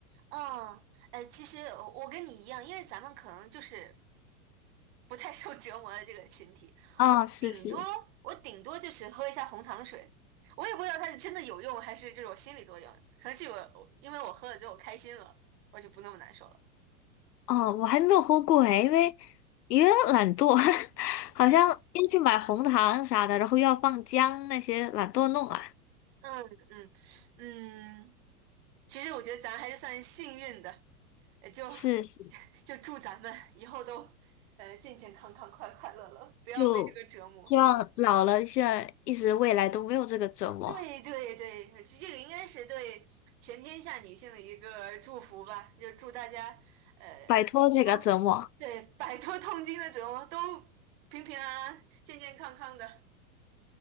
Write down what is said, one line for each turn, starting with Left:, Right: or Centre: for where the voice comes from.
Right: 嗯，呃，其实我我跟你一样，因为咱们可能就是不太受折磨的这个群体，
Left: 啊，
Right: 我顶多我顶多就是喝一下红糖水，
Left: 是是，
Right: 我也不知道它是真的有用还是这种心理作用，可能是我因为我喝了之后开心了，我就不那么难受了。
Left: 哦，我还没有喝过诶，因为也懒惰，<laughs> 好像要去买红糖啥的，然后又要放姜那些，懒惰弄啊。
Right: 嗯嗯嗯，其实我觉得咱还是算幸运的，呃就
Left: 是是，
Right: <laughs> 就祝咱们以后都呃健健康康、快快乐乐，不要被这个折磨。
Left: 就希望老了现在一直未来都没有这个折磨，
Right: 对对对，这这个应该是对全天下女性的一个祝福吧，就祝大家呃都对摆脱痛经的折磨，
Left: 摆脱这个折磨。
Right: 都平平安安、健健康康的。